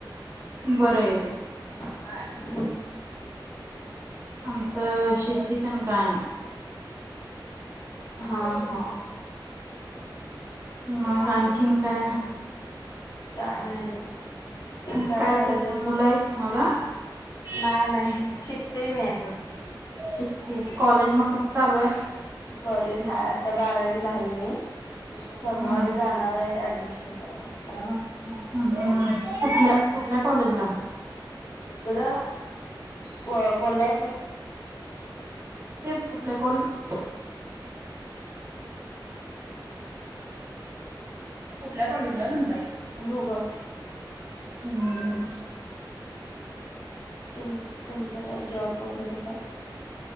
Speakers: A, on the right; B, on the left.
A: बरं येत
B: काय हम?
A: आमचं शेती तन काय नाही.
B: हा हा
A: मग आणखीन काय?
B: काय नाही बघा
A: मग
B: काय चाललंय
A: करता मुलं
B: मग?
A: आहेत तुम्हाला?
B: नाही नाही शिकते मी अजून
A: शिकते कॉलेज मग कसं चालू आहे?
B: कॉलेज हाय आता बारावीला आहे, मी सोमवारी
A: हम्म.
B: जाणार आहे ऍडमिशन मिशन करायला.
A: हम्म हम्म
B: <unintelligible>
A: कुठल्या कुठल्या कॉलेजला?
B: इकड को कोल्हापूर
A: तेच कुठलं कॉलेजला? कुठल्या कॉलेजला म्हटलं?
B: भोगावते.
A: हम्म हम् हम्.
B: तुम तुमचं काय जॉब वगैरे काय?